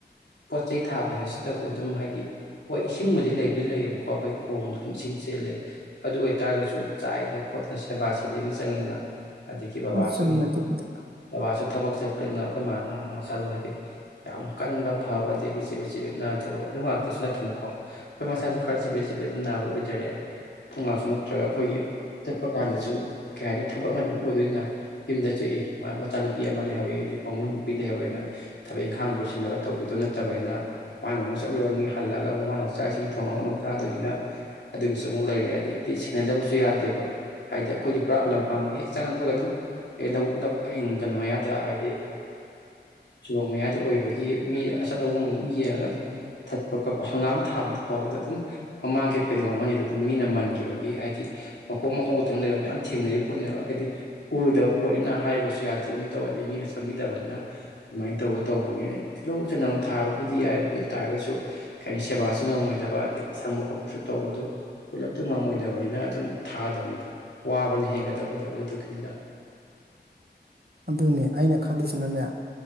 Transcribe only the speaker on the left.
ꯄꯣꯠ ꯆꯩꯩ ꯊꯥꯕ ꯍꯥꯏꯕꯁꯤꯗꯕꯨ ꯑꯗꯨꯝ ꯍꯥꯏꯗꯤ ꯍꯣꯏ ꯏꯁꯤꯡꯕꯨꯗꯤ ꯂꯩꯕꯨꯗꯤ ꯂꯩꯌꯦꯕꯀꯣ ꯑꯩꯈꯣꯏ ꯈꯣꯡꯗ ꯑꯗꯨꯝ ꯏꯁꯤꯡ ꯆꯦꯜꯂꯦ ꯑꯗꯨ ꯑꯣꯏꯇꯥꯔꯒꯖꯨ ꯆꯥꯏꯗꯅ ꯈꯣꯠꯇꯅ ꯁꯦꯕꯥ꯫ ꯊꯤꯕꯤ ꯑꯃ ꯆꯪꯉꯤꯗꯅ ꯑꯗꯨꯗꯒꯤ ꯕꯕꯥꯁꯤ
ꯑꯃꯨꯛ
ꯕꯥꯕꯥ ꯃꯥꯁꯄ ꯊꯕꯛ ꯆꯠꯄꯅꯤꯅ ꯑꯩꯈꯣꯏ ꯃꯥꯅ ꯃꯁꯥꯗꯨ ꯍꯥꯏꯗꯤ ꯌꯥꯝ ꯀꯟꯕ ꯐꯕ ꯑꯗꯒꯤ ꯆꯤꯕꯦꯠ ꯆꯤꯕꯦꯠ ꯅꯥꯗꯕ ꯑꯗꯨ ꯉꯥꯛꯇꯁꯨ ꯅꯠꯇꯅꯀꯣ ꯍꯣꯏ ꯃꯁꯥꯁꯨ ꯈꯔ ꯆꯤꯕꯦꯠ ꯆꯤꯕꯦꯠ ꯑꯗꯨꯝ ꯅꯥꯕ ꯑꯣꯏꯖꯔꯦ ꯑꯗꯨ ꯉꯥꯛꯁꯨ ꯃꯨꯛ ꯅꯠꯇ꯭ꯔꯒ ꯑꯩꯈꯣꯏꯒꯤ ꯆꯠꯄ ꯀꯥꯟꯗꯁꯨ <unintelligible> ꯊꯕꯛ ꯑꯃꯗꯤ ꯑꯣꯏꯗꯣꯏꯅꯤꯅ ꯌꯨꯝꯗ ꯊꯣꯛꯑꯦ ꯃꯥ ꯃꯆꯥꯅꯨꯄꯤ ꯑꯃ ꯂꯩꯍꯧꯋꯦ ꯑꯗꯩ ꯃꯃꯧ ꯅꯨꯄꯤ ꯂꯩꯍꯧꯋꯦꯅ ꯊꯕꯛ ꯏꯪꯈꯥꯡ ꯂꯣꯏꯁꯤꯜꯂꯒ ꯇꯧꯕꯤꯗꯣ ꯅꯠꯇꯕꯅꯤꯅ ꯃꯥꯅ ꯑꯃꯨꯛ ꯆꯠꯂꯨꯔꯅꯤ ꯍꯜꯂꯒ ꯑꯃꯨꯛ ꯃꯥꯅ ꯑꯃꯨꯛ ꯆꯥꯛ ꯏꯁꯤꯡ ꯊꯣꯡꯉꯒ ꯑꯃꯨꯛ ꯆꯥꯗꯣꯏꯅꯤꯅ ꯑꯗꯨꯒꯤꯁꯨ ꯑꯃꯨꯛ ꯂꯩꯔꯦ ꯑꯗꯒꯤꯗꯤ ꯁꯦꯟꯅꯗꯕꯁꯨ ꯌꯥꯗꯦꯕ ꯍꯥꯏꯗꯤ ꯑꯩꯈꯣꯏꯗꯤ ꯄꯨꯔꯥ ꯂꯝ ꯍ ꯍꯦꯛ ꯆꯪꯉꯛꯄꯒ ꯑꯗꯨꯝ ꯂꯧꯕꯨꯛ ꯂꯧ ꯀꯩꯅꯣ ꯃꯌꯥꯗ ꯍꯥꯏꯗꯤ ꯁꯣꯔꯣꯛ ꯃꯌꯥꯗ ꯑꯣꯏꯕꯒꯤ ꯃꯤ ꯑꯆꯠ ꯑꯋꯣꯡꯅ ꯑꯗꯨꯝ ꯌꯦꯡꯉꯒ ꯑꯗꯨꯝ ꯊꯠꯄ ꯈꯣꯠꯄ ꯍꯪꯒꯥꯝ ꯊꯥꯕꯗꯨ ꯐꯥꯎꯕꯗ ꯑꯗꯨꯝ ꯃꯃꯥꯡꯒꯤ ꯐꯩꯗꯣꯝ ꯑꯃꯅꯤꯗ ꯑꯗꯨꯝ ꯃꯤꯅ ꯃꯟꯈꯤꯕꯒꯤ ꯍꯥꯏꯗꯤ ꯃꯈꯣꯛ ꯃꯈꯣꯡ ꯈꯛꯇꯪ ꯂꯩꯕ ꯃꯌꯥꯝ ꯊꯦꯡꯅꯔꯤꯕ ꯄꯣꯠꯅꯦꯕ ꯍꯥꯏꯗꯤ ꯎꯗꯕ ꯄꯣꯠꯅꯤꯅ ꯍꯥꯏꯔꯁꯨ ꯌꯥꯗꯒꯨꯝ ꯇꯧ ꯑꯗꯩ ꯃꯤꯁꯨ ꯁꯪꯕꯤꯗꯕꯅꯤꯅ ꯑꯗꯨꯃꯥꯏꯅ ꯇꯧꯕ ꯇꯧꯕꯒꯤꯅ ꯇꯤꯜꯍꯧ ꯆꯅꯝ ꯊꯥꯕꯕꯨꯗꯤ ꯌꯥꯏ ꯑꯗꯨ ꯑꯣꯏ ꯇꯥꯔꯒꯁꯨ ꯀꯩ ꯁꯦꯕꯥꯁꯨ ꯉꯝꯃꯣꯏꯗꯕ ꯑꯗꯒꯤ ꯁꯪꯕ ꯈꯣꯠꯄꯁꯨ ꯇꯧꯕꯗꯨ ꯄꯨꯂꯞꯇ ꯉꯝꯃꯣꯏꯗꯕꯅꯤꯅ ꯑꯗꯨꯝ ꯊꯥꯗꯕꯅꯤꯅ ꯋꯥꯕꯅ ꯍꯦꯟꯒꯠ ꯇꯧꯕꯨ ꯇꯧꯔꯗꯤ ꯑꯗꯨꯒꯤꯅꯤꯗ